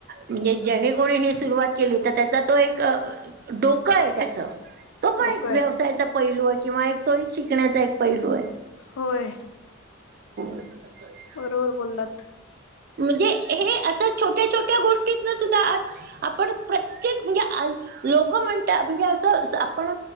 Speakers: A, on the right; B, on the left.
A: म्हणजे जेने कोणी हे सुरुवात केली. तर त्याचा तो एक डोकं आहे त्याच. तो पण
B: डोकं
A: एक व्यवसायाचा
B: आहे
A: पैलू आहे. किंवा एक तो एक शिकण्याचा एक पैलू आहे.
B: होय.
A: <inaudible>
B: बरोबर बोलात.
A: म्हणजे हे असं छोट्या छोट्या गोष्टीत न सुद्धा आज आपण प्रत्येक म्हणजे. लोक म्हणतात. म्हणजे असं आपण